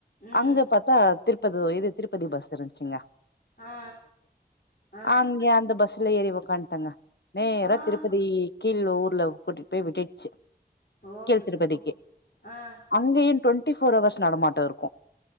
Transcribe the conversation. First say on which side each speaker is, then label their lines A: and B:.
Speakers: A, on the left; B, on the left.
A: ம்
B: அங்க பாத் டா திருப்பது இது திருப்பதி பஸ் இருந்ச்சிங்க
A: அ அ அ
B: ஆங்யா அந்த பஸ்ல ஏறி ஒக்கான்ட்டங்க நேரா
A: ஆஹா
B: திருப்பதி கீழ் ஊர்ல கூட்டிட்டு போய் விட்டுட்ச்சு
A: ஓகேங்க
B: கீழ் திருப்பதிக்கி
A: சூப்பர் ஆ
B: அங்கயு டுவண்ட்டி ஃபோர் ஹவர்ஸ் நடமாட்ட இருக்கு